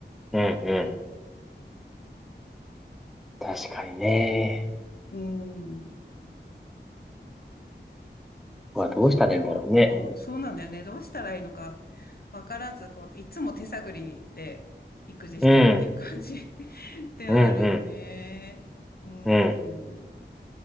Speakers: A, in the centre; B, on the left.
A: うん、うん。確かにね。
B: うん。
A: はどうしたらいいんだろうね。
B: そうそう。でも、こう、そうなんだよね。どうしたらいいのかわからず、こう、いつも手探りで育児してるっていう感じ
A: うん。
B: <laughs> ではあるよね。
A: うん。うん。
B: うん。
A: うん。うん